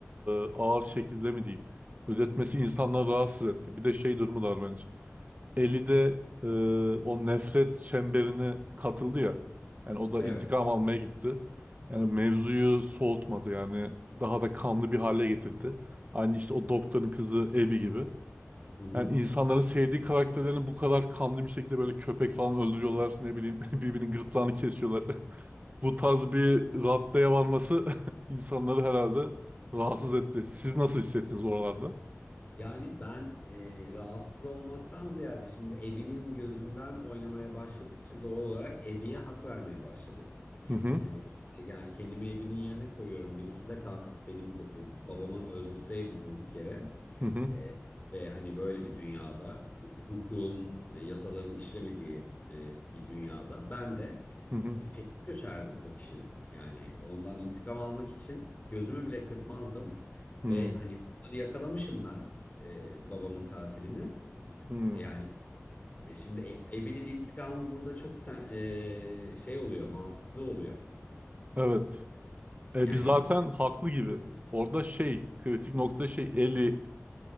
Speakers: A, on the right (about 30°); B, on the left (about 30°).
A: e, ağır şekilde mi diyeyim ödetmesi insanları rahatsız etti. Bir de şey durumu da var bence. Eli de e, o nefret çemberine katıldı ya. Yani o da
B: evet.
A: intikam almaya gitti. Yani mevzuyu soğutmadı yani daha da kanlı bir hale getirdi. Aynı işte o doktorun kızı Abby gibi.
B: Hı hı.
A: Yani insanların sevdiği karakterlerini bu kadar kanlı bir şekilde böyle köpek falan öldürüyorlar. Ne bileyim <laughs> birbirinin gırtlağını kesiyorlar. <laughs> Bu tarz bir raddeye varması <laughs> insanları herhalde rahatsız etti. Siz nasıl hissettiniz oralarda?
B: Yani ben e, rahatsız olmaktan ziyade şimdi Ebi'nin gözünden oynamaya başladıkça doğal olarak Ebi'ye hak vermeye başladık.
A: Hı hı
B: E, yani kendimi Ebi'nin yerine koyuyorum. Birisi de kalkıp benim e, babamı öldürseydi durduk yere
A: hı hı
B: E, ve hani böyle bir dünyada hu- hukukun, e, yasaların işlemediği e, bir dünyada ben de
A: hı hı.
B: e, peşine düşerdim o kişinin. Yani ondan intikam almak için gözümü bile kırpmazdım.
A: hı.
B: Ve hani hırsızı yakalamışım ben e, babamın katilini.
A: hı.
B: E, Yani e, şimdi e- Ebi'nin intikamı burada çok sen, e, şey oluyor, mantıklı oluyor.
A: Evet. E,
B: Yani
A: biz zaten haklı gibi. Orada şey, kritik nokta şey Ellie'nin